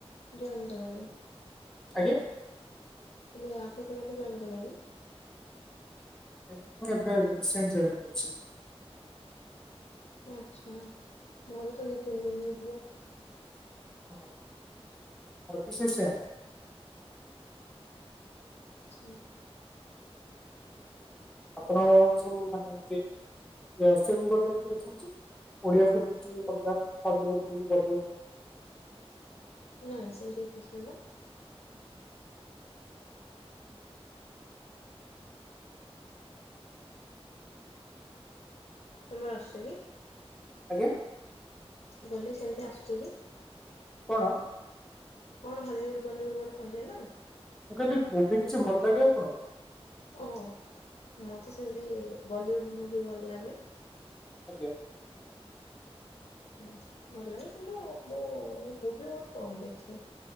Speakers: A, on the left; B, in the centre.
A: ଜଏନ କଲେଣି?
B: ଆଜ୍ଞା
A: ମୁଁ କହିଲି ଏ ଆପ୍ ରେ କେବେଠୁ ଜଏନ୍ କଲେଣି?
B: ମୋର ଏବେ ଏବେ ରିସେଣ୍ଟ ଜଏନ୍‌ କରିଛି।
A: ଆଚ୍ଛା ମୋର ତ ଦି ତିନି ଦିନ ହେଇଯିବ।
B: ହ ଅବିଅସ୍ଲି ସେୟା।
A: ଆଚ୍ଛା।
B: ଆପଣ ଆଉ ସବୁ ମାନେ ଏମତି <unintelligible> ଦେଖନ୍ତି। ଓଡିଆ ଫିଲ୍ମ କି ଅଲଗା ହଲିଉଡ୍ କି ବଲିଉଡ୍?
A: ନାଇଁ ସେମତି କିଛି ପସନ୍ଦ ନୁହଁ। ତମର ଆସୁଛି କି?
B: ଆଜ୍ଞା
A: ମୁଁ କହିଲି ସେମିତି ଆସୁଛି କି?
B: କଣ?
A: କଣ ହଲିଉଡ ବଲିଉଡ ଗୋଟେ କହିଲେ ନା?
B: ମୁଁ କହିଲି ମୁଭି କିଛି ଭଲ ଲାଗେ ଆପଣଙ୍କୁ?
A: ଓ ମତେ ସେମତି ବଲିଉଡ଼ ମୁ ବି ଭଲ ଲାଗେ।
B: ଆଜ୍ଞା।
A: ହୁଁ ଭଲ ଲାଗେ କିନ୍ତୁ ମୁଁ ମୁଭି ବହୁତ କମ୍ ଦେଖେ।